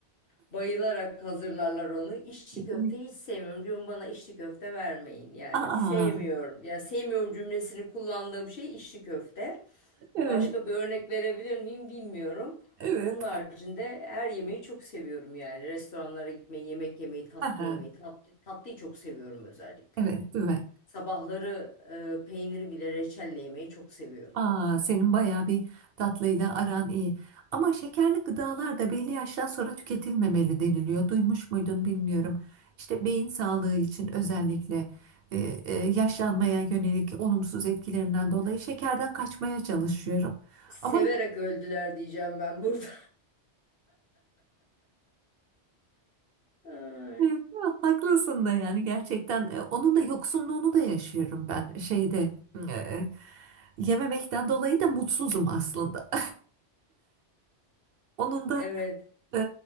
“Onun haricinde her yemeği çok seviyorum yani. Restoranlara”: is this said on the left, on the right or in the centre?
Left